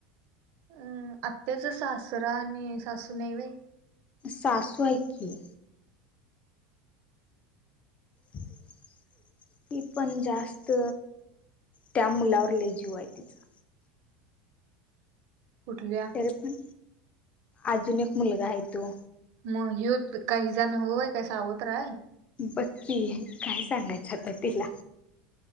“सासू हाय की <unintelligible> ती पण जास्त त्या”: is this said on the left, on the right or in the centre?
Left